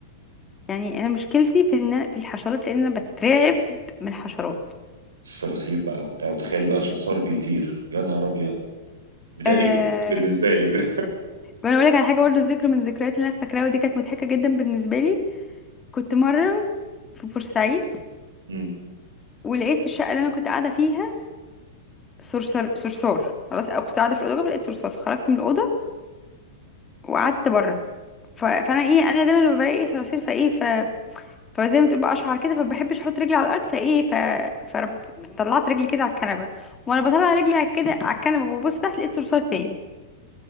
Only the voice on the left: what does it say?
يعني انا مشكلتي في ان أنا- في الحشرات لان انا بترعب من الحشرات
أه
وانا اقول لك على حاجه برضه ذكر من الذكريات اللي انا فاكراها ودي كانت مضحكه جدا بالنسبه لي كنت مره في بورسعيد
ولقيت في الشقه اللي انا كنت قاعده فيها صرصر صرصار خلاص أنا كنت قاعدة في الأوضة لقيت صرصار فخرجت من الأوضة وقعدت بره ف... فأنا إيه أنا دايما لما بلاقي صراصير فإيه ف... فزي ما تقول بقى أشعر كده فبحبش أحط رجلي على الأرض فإيه ف... فرب... طلعت رجلي كده على الكنبة وأنا بطلع رجلي على كده على الكنبة وببص تحت لقيت صرصار تاني